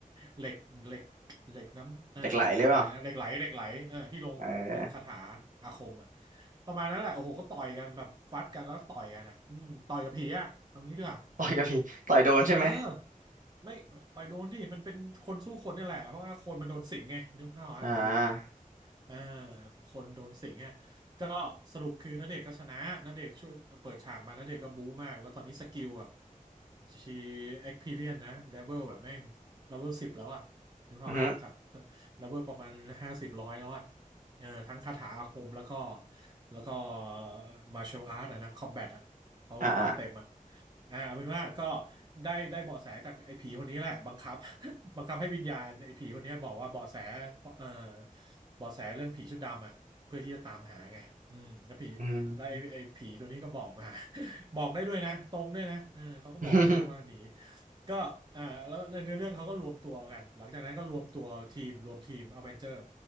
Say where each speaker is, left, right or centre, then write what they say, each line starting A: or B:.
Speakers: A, on the right; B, on the right.
A: เหล็กเหล็กเหล็กน้ำเออเหล็กอะไรนะเหล็กไหลเหล็กไหลเออที่ลงลงคาถาอาคมอ่ะ
B: เหล็กไหลหรือเปล่าเออ
A: ประมาณนั้นแหละโอ้โหก็ต่อยกันแบบฟัดกันแล้วก็ต่อยกันอ่ะอืมต่อยกับผีอ่ะเอางี้ด้วย
B: ต่อยกับผีต่อยโดนใช่ไหม
A: เออไม่ต่อยโดนดิมันเป็นคนสู้คนนี่แหละเพราะว่าคนมันโดนสิงไงนึกภาพออกฮะอารมณ์แบบ
B: อ่า
A: เออคนโดนสิงอ่ะก็สรุปคือณเดชน์ก็ชนะณเดชน์ช่วยเปิดฉากมาณเดชน์ก็บู๊มากแล้วตอนนี้สกิลแบบชีเอ็กพีเรียนนะเลเวลแบบแม่งเลเวลสิบแล้วอ่ะนึกภาพออกฮะจาก
B: อือหือ
A: เลเวลประมาณห้าสิบร้อยแล้วอ่ะเออทั้งคาถาอาคมแล้วก็แล้วก็มาร์เชลอาร์ตนะคอมแบท เพราะว่ามาเต็มอ่ะ
B: อ่าอ่า
A: อ่าเอาเป็นว่าก็ได้ได้เบาะแสจากไอ้ผีคนนี้แหละบังคับ <laughs> บังคับให้วิญญาณไอ้ผีคนเนี้ยบอกว่าเบาะแสเอ่อเบาะแสเรื่องผีชุดดำอ่ะเพื่อที่จะตามหาไงอืมแล้วผีแล้วไอ้ไอ้ผีตัวนี้ก็บอกมา
B: อืม
A: <laughs> บอกได้ด้วยนะตรงด้วยนะเออเขาก็บอกนะว่าหนี
B: <laughs>
A: ก็อ่าแล้วในเรื่องเขาก็รวมตัวกันหลังจากนั้นก็รวมตัวทีมรวมทีมอเวนเจอร์